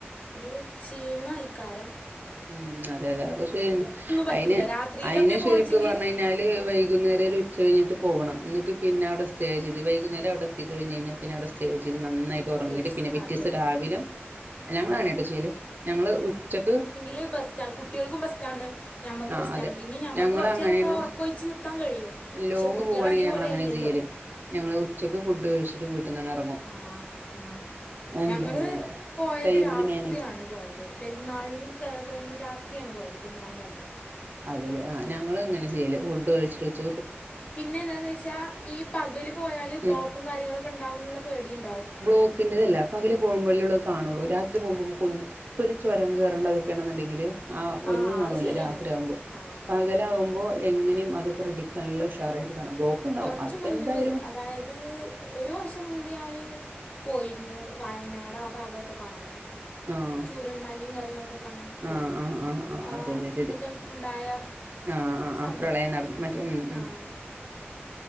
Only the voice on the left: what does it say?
ഒരു ക്ഷീണൈക്കാരം.
പറ്റൂല
രാത്രിയിലൊക്കെ
പോകണമെച്ചെങ്കിൽ
യെസ്
അത് തന്നെ
ആ
ല് ബസ്റ്റാണ് കുട്ടേൾക്കും ബസ്റ്റാണ്. ഞമ്മക്കും
ബസ്റ്റാണ്
പിന്നിം ഞമ്മക്ക്
കൊറ്ച്ചേരൊക്കെ
ഒറ്ക്കൊഴിച്ച് നിക്കാൻകഴിയും പക്ഷെ
കുട്ടൃള്
അതീപോലെ
അല്ലല്ലോ
ആഹ് ആഹ്
ഞങ്ങള് പോയത്
രാത്രിയാണ്
പോയത്. പെരുന്നാള് കഴി കഴിഞ്ഞ് രാത്രിയാണ് പോയത് പെരുന്നാളിൻ്റന്ന്.
പിന്നെ എന്താന്ന് വെച്ചാ ഈ പകല് പോയാല് ബ്ലോക്കും
കാര്യങ്ങളൊക്കെണ്ടാകുംന്നുള്ള പേടിംണ്ടാവും.
ആ
അത് ശരിയാണ്
ആ
കൊറച്ച്
മുൻപ്
അതായത് ഒരു വർഷം മുൻപ് ഞാന് പോയിരുന്നു വയനാട് ആ ഭാഗൊക്കെ കാണാന്
ചൂരൽമലിം കാര്യങ്ങളൊക്കെ കാണാം പോയിരുന്നു
ആഹ്
ദൊക്കെണ്ടായ
സമയത്ത്
ആഹ്